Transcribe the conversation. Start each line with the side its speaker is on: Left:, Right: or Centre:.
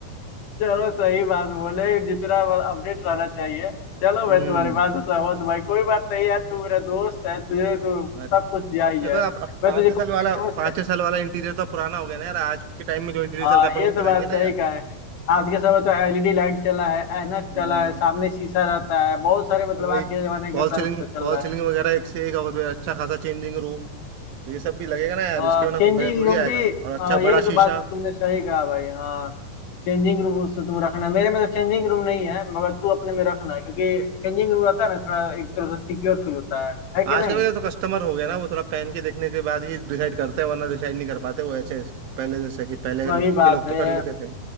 Left: चलो सही बात बोले जितना अपडेट रहना चाहिए चलो
Right: हम्म
Left: मैं तुम्हारी बात से सहमत हूँ भाई कोई बात नहीं है तू मेरा दोस्त है तुझे तो
Right: अरे
Left: सब कुछ जा
Right: अब
Left: ही
Right: देखो
Left: जाए
Right: अब, अब
Left: मैं
Right: पाँच
Left: तुझे
Right: छह
Left: कॉन्टेक्ट
Right: साल वाला
Left: नंबर शेयर
Right: पाँच
Left: करूँ
Right: छह साल वाला इंटीरियर तो पुराना हो गया ना यार आज के टाइम में जो इंटीरियर
Left: हाँ
Right: चल रहा है
Left: ये
Right: अपन वो
Left: तो
Right: कराएंगे
Left: बात
Right: ना
Left: सही
Right: यार
Left: कहा है आज के समय तो एलईडी लाइट चला है ऐनक
Right: हाँ,
Left: चला है सामने शीशा रहता है बहुत सारे मतलब
Right: अब भाई
Left: आज के जमाने के
Right: फॉल
Left: तरफ
Right: सीलिंग
Left: से चल
Right: फॉल
Left: रहा
Right: सीलिंग
Left: है
Right: वगैरह एक से एक और अच्छा खासा चेंजिंग रूम तो ये सब भी लगेगा ना यार
Left: हाँ
Right: इसके बिना
Left: चेंजिंग
Right: कोई मजा थोड़ी
Left: रूम
Right: आएगा
Left: भी
Right: और अच्छा
Left: हाँ ये
Right: बड़ा
Left: तो
Right: शीशा
Left: बात तुमने सही कहा भाई हाँ चेंजिंग रूम उसमें तुम रखना मेरे में तो चेंजिंग रूम नहीं है मगर तू अपने में रखना क्योंकि चेंजिंग रूम रहता है ना थोड़ा एक तरह से सिक्योर फील होता है है कि
Right: आजकल
Left: नहीं
Right: का तो कस्टमर हो गया ना वो थोड़ा पहन के देखने के बाद ही डिसाइड करते हैं वरना डिसाइड नहीं कर पाते वो ऐसे पहले जैसे कि पहले
Left: वही
Right: के लोग
Left: बात
Right: के लोग
Left: है
Right: तो कर लेते थे